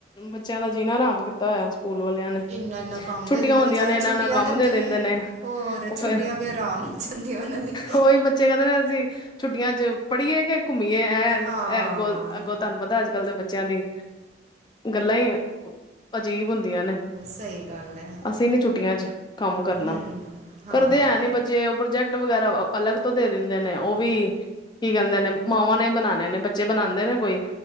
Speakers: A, on the left; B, on the right.
A: ਬੱਚਿਆਂ ਦਾ ਜੀਣਾ ਹਰਾਮ ਕੀਤਾ ਹੋਇਆ ਸਕੂਲ ਵਾਲਿਆਂ ਨੇ।
B: ਇੰਨਾ ਇੰਨਾ ਕੰਮ
A: ਛੁੱਟੀਆਂ
B: ਦੇ ਦਿੰਦੇ
A: ਹੁੰਦੀਆਂ
B: ਵਿਚਾਰੇ
A: ਨੇ ਇਹਨਾਂ
B: ਛੁੱਟੀਆਂ
A: ਨਾਲ ਕੰਮ ਦੇ ਦਿੰਦੇ ਨੇ।
B: ਹੋਰ
A: ਉਹ
B: ਛੁੱਟੀਆਂ
A: ਫੇਰ
B: ਵੀ ਆਰਾਮ ਹੋ ਜਾਂਦੀ ਆ ਉਹਨਾਂ ਦੀ
A: ਉਹੀ ਬੱਚੇ ਕਹਿੰਦੇ ਨੇ ਅਸੀਂ। ਛੁੱਟੀਆਂ ਚ' ਪੜ੍ਹੀਏ ਕਿ ਘੁੰਮੀਏ। ਐ
B: ਹਾਂ
A: ਅੱਗੋਂ ਅੱਗੋਂ ਤੁਹਾਨੂੰ ਪਤਾ ਅੱਜ ਕੱਲ੍ਹ ਦੇ ਬੱਚਿਆਂ ਦੀ ਗੱਲਾਂ ਹੀ ਅਜੀਬ ਹੁੰਦੀਆਂ ਨੇ।
B: ਸਹੀ ਗੱਲ ਹੈ
A: ਅਸੀਂ ਨੀ ਛੁੱਟੀਆਂ ਚ' ਕੰਮ ਕਰਨਾ
B: ਹੂੰ ਹਾਂ
A: ਕਰਦੇ ਐ ਨੀ ਬੱਚੇ। ਜੇ ਉਹ ਪ੍ਰੋਜੈਕਟ ਵਗੈਰਾ ਅਲੱਗ ਤੋਂ ਦੇ ਦਿੰਦੇ ਨੇ। ਉਹ ਵੀ ਕੀ ਕਹਿੰਦੇ ਨੇ ਮਾਵਾਂ ਨੇ ਬਣਾ ਨੇ ਬੱਚੇ ਬਣਾਉਂਦੇ ਨੇ ਕੋਈ